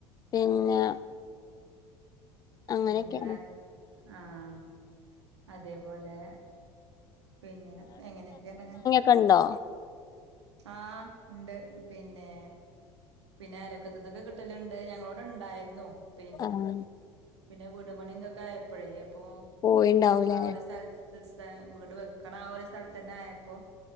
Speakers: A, on the left; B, on the right.
A: പിന്നെ അങ്ങനെയൊക്കെയാണ്
B: പിന്നെ വേ ആഹ് അതേപോലെ പിന്നെ എങ്ങനെക്കേണ്
A: കണ്ടോ
B: ആ ഇണ്ട് പിന്നെ പിന്നെ അലക്കത്തു നിന്നൊക്കെ കിട്ടല്ണ്ട് ഞങ്ങള്ടെ ഇണ്ടായിരുന്നു പിന്നെ
A: ആഹ്
B: പിന്നെ വീട പണിന്തൊക്കെ ആയപ്പഴേ അപ്പൊ
A: പോയിണ്ടാവൂലേ
B: ആ ഒരു സ്ഥലത്ത് <unintelligible> വീട് വെക്കണ ആ ഒരു സ്ഥലത്ത് തന്നെ ആയപ്പോ